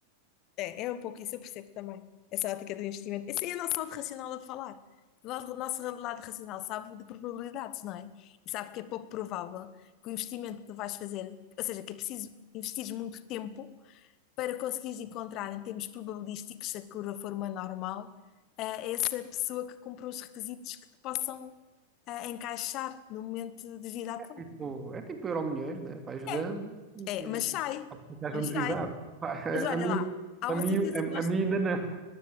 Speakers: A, on the left; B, on the right.
A: É, é um pouco isso, eu percebo também. Essa ótica do investimento. Esse aí é o nosso lado racional a falar. O lado- o nosso lado racional sabe de probabilidades, não é? E sabe que é pouco provável que o investimento que tu vais fazer, ou seja, que é preciso investir muito tempo para conseguires encontrar, em termos probabilísticos, se a curva for uma normal, eh, essa pessoa que cumpra os requisitos que te possam eh, encaixar no momento de vida atual.
B: É tipo, é tipo Euromilhões, né? Vai jogando
A: é É,
B: e...
A: mas sai, mas sai.
B: Exato. Pá,
A: Mas olha
B: A a mim,
A: lá, há
B: a
A: uma
B: mim,
A: certeza
B: a,
A: que nós
B: a mim ainda não.